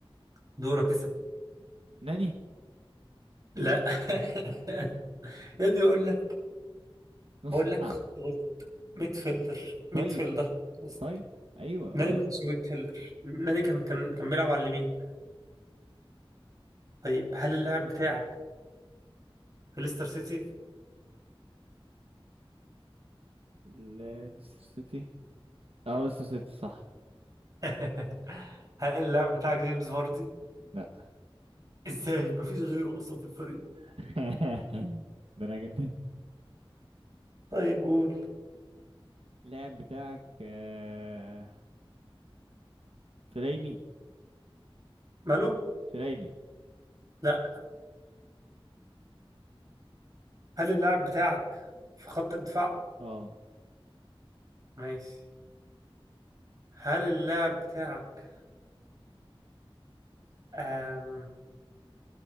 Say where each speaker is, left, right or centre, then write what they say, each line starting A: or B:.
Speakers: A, on the right; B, on the right.
A: دورك اسال
B: ناني
A: لا <laughs> يا ابني بقول لك
B: نص
A: بقول لك
B: ملعب
A: خط وسط ميد فيلدر ميد
B: طيب
A: فيلدر خط وسط.
B: طيب ايوه
A: ناني
B: ما
A: ما
B: ينفع
A: كانش ميد فيلدر ناني كان كان كان بيلعب على اليمين طيب هل اللاعب بتاعك في ليستر سيتي
B: لا، ليستر سيتي اه ليستر سيتي صح
A: <laughs> هل اللاعب بتاعك جيمس فاردي؟
B: لا
A: ازاي؟ مفيش غيره اصلا في الفريق
B: <laughs> ده انا كنت
A: طيب قول
B: اللاعب بتاعك آه... فليني
A: ماله؟
B: فليني
A: لا هل اللاعب بتاعك في خط الدفاع؟
B: اه
A: ماشي هل اللاعب بتاعك أم...